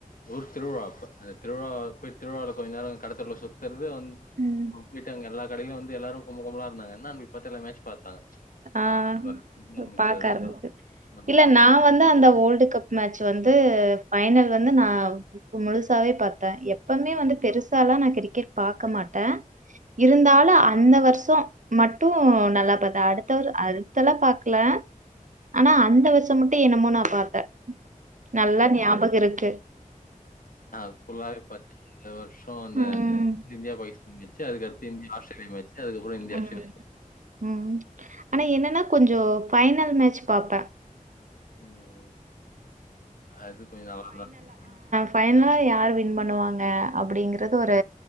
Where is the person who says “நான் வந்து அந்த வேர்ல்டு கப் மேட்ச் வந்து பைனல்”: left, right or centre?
Right